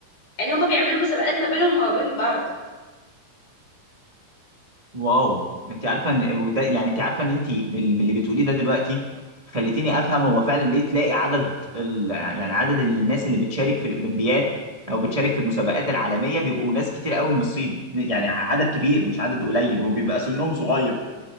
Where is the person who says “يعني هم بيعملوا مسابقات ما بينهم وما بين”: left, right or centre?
Left